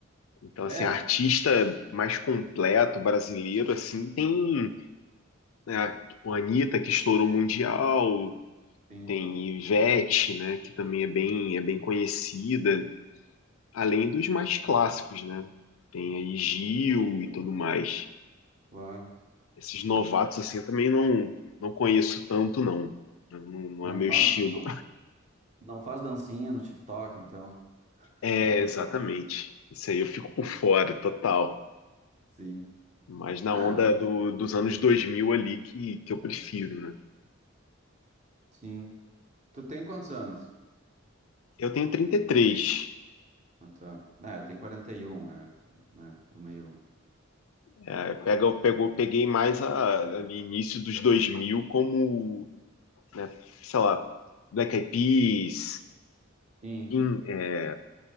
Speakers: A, on the left; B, on the right.
A: Então,
B: é,
A: assim, artista mais completo brasileiro, assim, tem, né, tipo, a Anitta, que estourou mundial,
B: sim,
A: tem Ivete, né, que também é bem, é bem conhecida, além dos mais clássicos, né? Tem aí Gil e tudo mais.
B: claro.
A: Esses novatos, assim, eu também não, não conheço tanto, não. Não, não
B: Não
A: é meu
B: faz,
A: estilo.
B: não, não faz dancinha no TikTok, então, <laughs>
A: É,
B: tá por
A: exatamente.
B: fora.
A: Isso aí eu fico por fora, total.
B: Sim.
A: Mas na
B: Não,
A: onda do- dos anos 2000 ali que, que eu prefiro, né?
B: sim. Tu tem quantos anos?
A: Eu tenho 33.
B: Ah, tá. Ah, eu tenho 41, é, né? Tô meio.
A: É, pega, pegou, peguei mais a, ali início dos 2000 como, né, sei lá, Black Eyed Peas,
B: Sim,
A: Pin- é,